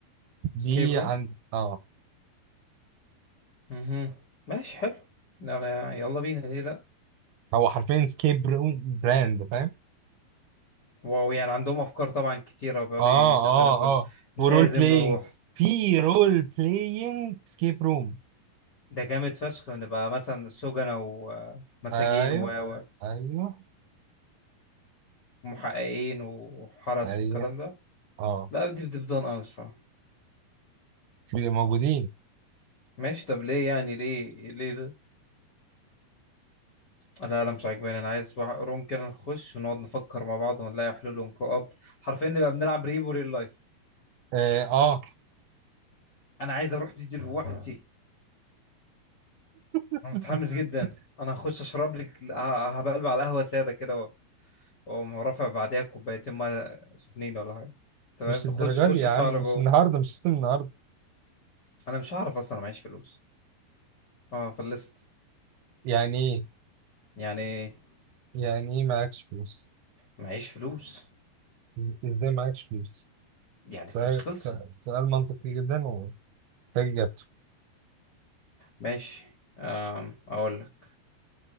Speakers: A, on the left (about 55°); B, on the right (about 80°).
A: سكيب
B: دي
A: روم
B: عند اه
A: امم ماشي حلو أنا يلا بينا ليه لا
B: هو حرفيا سكيب براند فاهم
A: واو يعني عندهم افكار طبعا كتيره وبيقعدوا
B: اه
A: يديفلوبل
B: اه اه
A: لازم
B: ورول بلاينج
A: نروح
B: في رول بلاينج سكيب روم
A: ده جامد فشخ نبقى مثلا سجنة ومساجين
B: ايوه
A: و- و-
B: ايوه
A: ومحققين وحرس
B: ايوه
A: والكلام ده
B: اه
A: لا دي بتبدون قوي الصراحة
B: بي- موجودين
A: ماشي طب ليه يعني ليه ليه ده لا لا مش عاجباني انا عايز واحد- روم كده نخش ونقعد نفكر مع بعض ونلاقي حلول ونكو اب حرفيا نبقى بنلعب ريبو ريل لايف
B: اه آه.
A: انا عايز اروح دي دلوقتي
B: <laughs>
A: انا متحمس جدا انا هخش اشرب لك ه- هبلبع على القهوة سادة كده و- واقوم رافع بعديها كوبايتين ميه سخنين ولا حاجة تمام
B: مش الدرجة
A: خش خش
B: دي يا
A: ادفع
B: عم مش
A: له جوه
B: النهاردة مش السيستم النهاردة
A: انا مش هعرف اصلا انا معيش فلوس اه فلست
B: يعني ايه
A: يعني
B: يعني ايه معاكش فلوس
A: معيش فلوس
B: إز- ازاي معاكش فلوس
A: يعني
B: سؤال
A: فلوس خلصت
B: سؤال سؤال منطقي جدا وفاك اجابته
A: ماشي آم، اقول لك